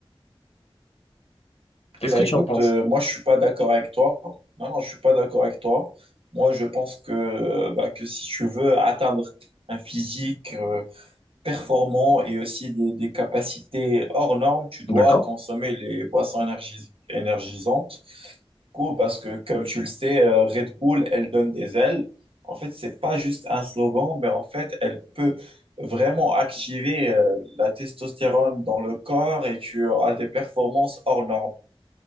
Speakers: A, on the left; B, on the right.
A: Qu'est-ce
B: Bah
A: que
B: écoute,
A: tu en penses?
B: euh, moi je suis pas d'accord avec toi. Non, non, je suis pas d'accord avec toi. Moi je pense que, euh, bah, que si tu veux atteindre un physique euh, performant et aussi des, des capacités hors normes, tu dois
A: D'accord.
B: consommer les boissons énergis- énergisantes. Du coup, parce que comme tu le sais, euh, Red Bull, elle donne des ailes. En fait, c'est pas juste un slogan, mais en fait, elle peut vraiment activer euh, la testostérone dans le corps et tu as des performances hors normes.